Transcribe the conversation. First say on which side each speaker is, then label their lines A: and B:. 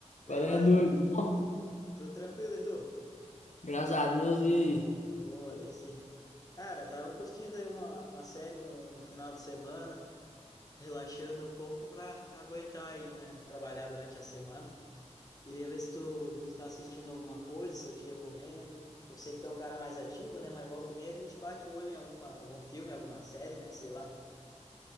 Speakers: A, on the left; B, on the left.
A: Daí,
B: Qual
A: mano,
B: é, doido? Bom,
A: tudo tranquilo e tu?
B: graças a Deus, e aí?
A: Boa, daí sim. Cara, tava curtindo aí uma, uma série no, no final de semana, relaxando um pouco pra aguentar aí, né? Trabalhar durante a semana. iria ver se tu, tu tá assistindo alguma coisa, se eu te recomendo. Eu sei que tu é um cara mais ativo, né? Mas volta e meia a gente bate o olho em alguma, algum filme, alguma série, né? Sei lá.